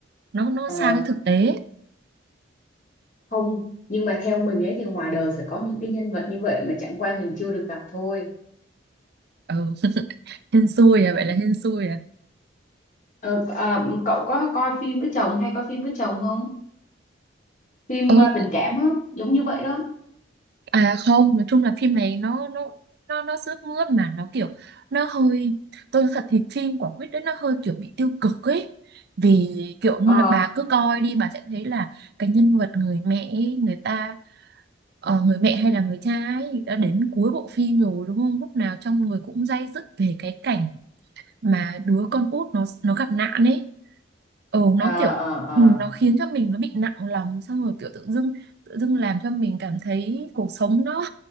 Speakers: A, on the right; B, on the left.
A: nó nó
B: Ờ,
A: xa cái thực tế.
B: không, nhưng mà theo mình ấy thì ngoài đời sẽ có những cái nhân vật như vậy mà chẳng qua mình chưa được gặp thôi.
A: Ừ, <laughs> hên xui à,
B: Ừ.
A: vậy là hên xui à.
B: Ờ, à, cậu có coi phim với chồng hay coi phim với chồng không? Phim
A: Ừ,
B: à, tình cảm á, giống như vậy đó.
A: À không, nói chung là phim này nó nó nó nó sướt mướt mà nó kiểu nó hơi tôi nói thật thì phim của Quyết đấy nó hơi kiểu bị tiêu cực ấy. Vì kiểu như
B: Ờ,
A: là bà cứ coi đi bà sẽ thấy là cái nhân vật người mẹ ấy, người ta ờ, người mẹ hay là người cha ấy đã đến cuối bộ phim rồi đúng không? Lúc nào trong người cũng day dứt về cái cảnh mà đứa con út nó nó gặp nạn ấy ừ
B: ờ,
A: nó kiểu
B: ờ, ờ,
A: ừ, nó khiến cho mình nó bị nặng lòng xong rồi kiểu tự dưng tự dưng làm cho mình cảm thấy cuộc sống nó